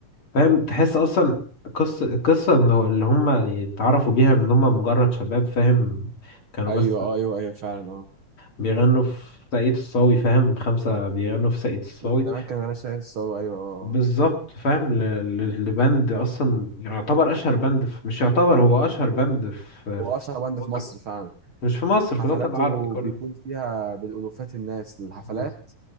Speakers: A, on the left; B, on the right.
A: فاهم تحس أصلا قصة القصة إنه اللي هم اتعرفوا بيها إن هم مجرد شباب فاهم كانوا
B: ايوه
A: بس
B: اه ايوه ايوه فعلا اه
A: بيغنوا في ساقية الصاوي فاهم خمسة بيغنوا في ساقية الصاوي
B: من زمان كان انا شايف الصاوي ايوه اه آه.
A: بالظبط فاهم ل- ل- لبند أصلا يعتبر أشهر بند في مش يعتبر هو أشهر بند في,
B: هو
A: في
B: اشهر باند
A: الوطن
B: في مصر فعلا
A: مش في مصر
B: حفلاته
A: في الوطن العربي كله
B: بيكون فيها بالالوفات الناس الحفلات
A: بس-